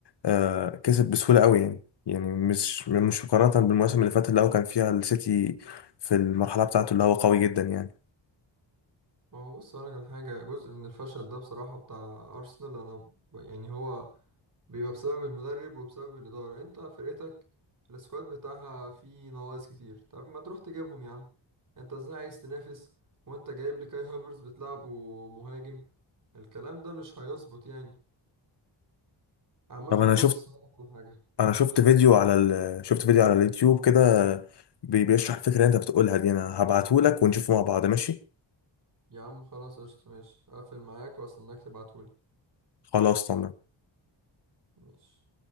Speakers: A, on the left; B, on the right.
A: آه كسب بسهولة قوي يعني يعني مش مش مقارنة بالمواسم اللي فاتت اللي هو كان فيها السيتي في المرحلة بتاعته اللي هو قوي جدا يعني
B: ما هو بص اقول لك على حاجة جزء من الفشل ده بصراحة بتاع ارسنال انا ب- يعني هو بيبقى بسبب المدرب وبسبب الإدارة انت فرقتك السكواد بتاعها فيه نواقص كتير طب ما تروح تجيبهم يا عم انت ازاي عايز تنافس وانت جايب لي كاي هافرز بتلعبه مهاجم الكلام ده مش هيظبط يعني عامة
A: طب انا
B: بص
A: شفت
B: هقولك على حاجة
A: انا شفت
B: احنا
A: فيديو على ال... شفت فيديو على اليوتيوب كده بي- بيشرح الفكرة اللي انت بتقولها دي انا هبعته لك ونشوفه مع بعض ماشي
B: يا عم خلاص قشطة ماشي هقفل معاك واستناك تبعتهولي
A: خلاص تمام
B: ماشي